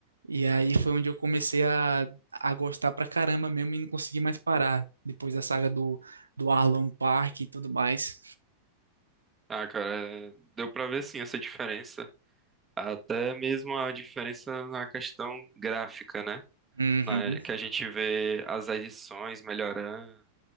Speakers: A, on the right; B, on the right.
A: e aí foi onde eu comecei a, a gostar pra caramba mesmo e não consegui mais parar, depois da saga do, do Arlong Park e tudo mais.
B: Ah, cara, é- deu pra ver sim essa diferença. Até mesmo a diferença na questão gráfica, né?
A: Uhum,
B: Na, que a gente vê as edições melhorando.